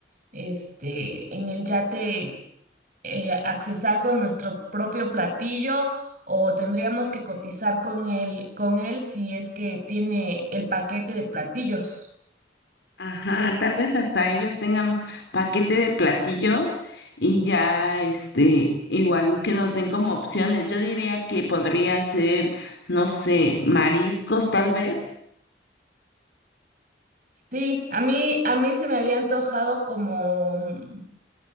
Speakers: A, on the right; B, on the left.
A: este, en el yate. eh, accesar con nuestro propio platillo o tendríamos que cotizar con él, con él si es que tiene el paquete de platillos.
B: Ajá, tal vez hasta ellos tengan paquete de platillos y ya, este, igual que nos den como opciones. Yo diría que podría ser, no sé, mariscos tal vez.
A: Sí, a mí, a mí se me había antojado como mm,